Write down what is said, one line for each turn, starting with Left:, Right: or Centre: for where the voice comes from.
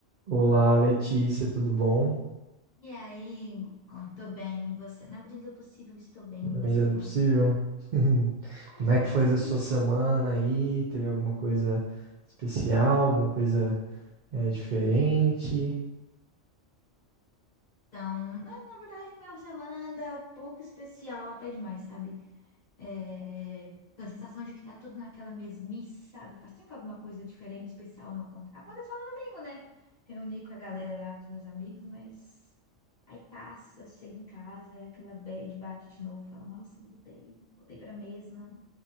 Right: Olá, Letícia, tudo bom?
Left: E aí, Hugo, como tô bem, e você? Na medida do possível, estou bem,
Right: Na
Left: e você?
Right: medida do
Left: Como
Right: possível.
Left: é que tá?
Right: <laughs>
Left: Na
Right: Como
Left: medida
Right: é que
Left: do
Right: foi
Left: possível.
Right: essa sua semana aí? Teve alguma coisa especial, alguma coisa eh, diferente?
Left: Então, na, na verdade, minha semana anda pouco especial, até demais, sabe? É, tô a sensação de que tá tudo naquela mesmice, sabe? Faz tempo que alguma coisa diferente, especial não acontece. Aconteceu no domingo, né? Reuni com a galera lá, com os meus amigos, mas aí passa, chega em casa, é aquela bad, bate de novo, fala, nossa, voltei, voltei pra mesma.